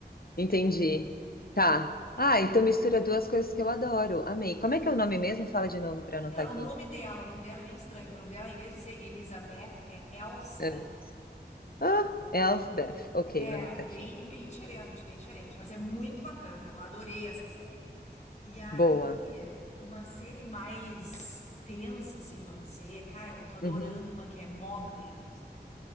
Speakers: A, on the left; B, on the left.
A: Entendi. Tá. Ah,
B: É bem
A: então mistura
B: bacana.
A: duas coisas que eu adoro. Amei. Como é que é o nome mesmo? Fala de novo para eu
B: Então,
A: anotar aqui.
B: o nome dela, o nome dela é bem estranho. O nome dela, em vez de ser Elizabeth, é Elsbeth.
A: É. Ah, Elfbeth. Ok,
B: É,
A: vou anotar
B: bem,
A: aqui.
B: bem diferente, bem diferente, mas é muito bacana. Eu adorei essa série. E aí,
A: Boa.
B: uma série mais tensa, assim, vamos dizer, cara, eu tô adorando
A: Uhum.
B: uma que é Mobland.